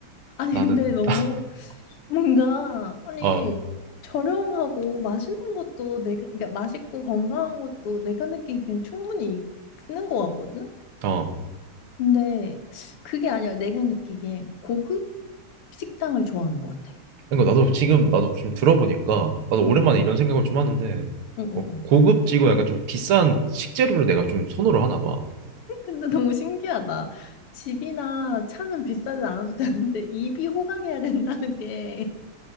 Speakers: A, on the left (about 85°); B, on the right (about 75°).
A: 아니,
B: 나는
A: 근데 너무
B: <laughs>
A: 뭔가 아니
B: 어
A: 저렴하고 맛있는 것도 내가 그러니까 맛있고 건강한 것도 내가 느끼기엔 충분히 있는 것 같거든.
B: 어.
A: 근데 그게 아니라 내가 느끼기엔 고급 식당을 좋아하는 것 같아.
B: 그러니까 나도 지금 나도 지금 들어보니까 나도
A: 어.
B: 오랜만에 이런 생각을 좀 하는데
A: 어, 어,
B: 어,
A: 어.
B: 고급지고 약간 좀 비싼 식재료를 내가 좀 선호를 하나 봐.
A: 근데 너무 신기하다. 집이나 차는 비싸지 않아도 되는데 입이 호강해야 된다는 게.